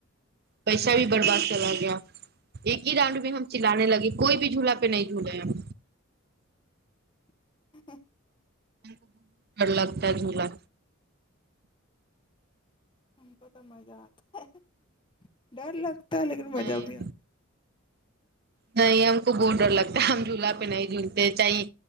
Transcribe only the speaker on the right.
پیسہ بھی برباد چلا گیا ایک ہی رانؤڈ میں ہم چلانے لگے کوئی بھی جھولا پہ نہیں جھولے ہم
س بڈ لگتا ہے جولا
نہیں
نہیں ہم کو بہت ڈر لگتا ہے ہم جھولا پہ نہیں جھولتے چاہی